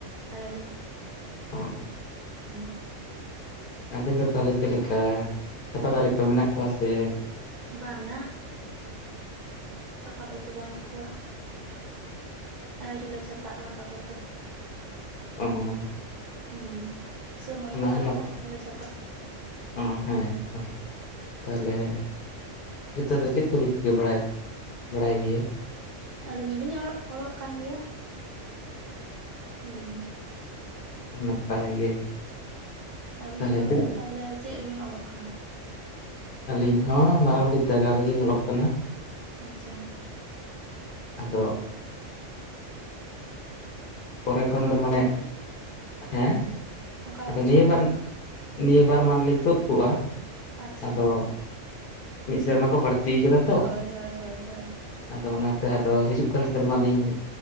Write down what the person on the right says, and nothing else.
ᱟᱨ ᱟᱞᱤᱧ᱾
ᱦᱩᱸ᱾
ᱵᱟᱝ-ᱟ ᱟᱯᱟ ᱛᱚᱛᱚ ᱵᱟᱹᱱᱩᱜ ᱠᱚᱣᱟ᱾ ᱟᱹᱭᱨᱤ ᱞᱮ ᱪᱷᱟᱛᱟᱜᱼᱟ ᱟᱯᱟ ᱛᱚᱛᱚ᱾
ᱦᱩᱸ ᱥᱚᱢᱚᱭ ᱠᱚ ᱦᱮᱡ
ᱞᱮᱱᱠᱷᱟᱱ
ᱛᱚᱠᱷᱚᱱ ᱞᱮ ᱪᱷᱟᱛᱟᱜᱼᱟ᱾
ᱟᱹᱞᱤᱧ ᱦᱚᱞᱤᱧ ᱚᱲᱚᱜ ᱚᱞᱚᱜ ᱠᱟᱱ ᱜᱮᱭᱟ᱾ ᱦᱩᱸ᱾
ᱟᱵᱤᱱ
ᱫᱚ
ᱛᱟᱦᱞᱮ ᱪᱮᱫ ᱨᱮᱵᱤᱱ ᱚᱞᱚᱜ ᱠᱟᱱᱟ?
ᱟᱪᱪᱷᱟ᱾
ᱚᱠᱟ
ᱵᱚᱪᱷᱚᱨ
ᱨᱮᱱᱟᱜ
ᱚᱠᱟ
ᱵᱚᱪᱷᱚᱨ
ᱨᱮᱱᱟᱜ
ᱟᱪᱪᱷᱟ
ᱦᱳᱭ ᱦᱳᱭ ᱦᱳᱭ ᱦᱳᱭ